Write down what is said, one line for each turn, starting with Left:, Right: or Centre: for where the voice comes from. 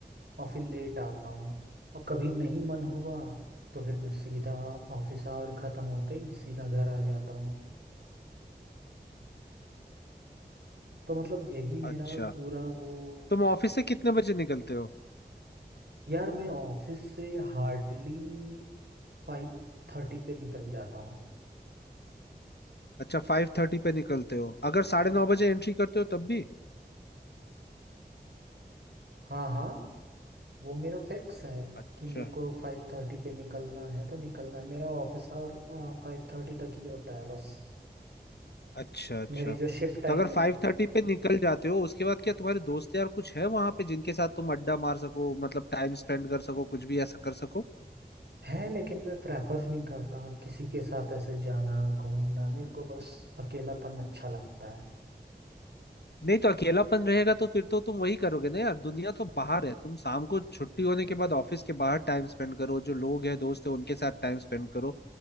Right: और फिर लेट आता हूँ और कभी नहीं मन हुआ तो फिर मैं सीधा ऑफिस आवर ख़त्म होते ही सीधा घर आ जाता हूँ तो मतलब यही मेरा
Left: अच्छा
Right: पूरा वो
Left: तुम ऑफिस से कितने बजे निकलते हो
Right: यार मैं ऑफिस से हार्डली फाइव थर्टी पे निकल जाता हूँ
Left: अच्छा फाइव थर्टी पे निकलते हो अगर साढ़े
Right: हाँ
Left: नौ बजे एंट्री करते हो तब भी
Right: हाँ हाँ वो मेरा फिक्स है
Left: अच्छा
Right: कि मेरे को फाइव थर्टी पे निकलना है तो निकलना है मेरा ऑफिस आवर फाइव थर्टी तक ही होता है बस
Left: अच्छा अच्छा
Right: मेरी जो शिफ्ट टाइमिंग
Left: तो अगर फाइव
Right: है
Left: थर्टी पे निकल जाते हो उसके बाद क्या तुम्हारे दोस्त यार कुछ है वहां पे जिनके साथ तुम अड्डा मार सको मतलब टाइम स्पेंड कर सको कुछ भी ऐसा कर सको
Right: है लेकिन मैं प्रेफर नहीं करता किसी के साथ ऐसे जाना घूमना मेरे को बस अकेलापन अच्छा लगता है
Left: नहीं तो अकेलापन रहेगा तो फिर तो तुम वही करोगे ना यार दुनिया तो बाहर है तुम शाम को छुट्टी होने के बाद ऑफिस के बाहर टाइम स्पेंड करो जो लोग हैं दोस्त है उनके साथ टाइम स्पेंड करो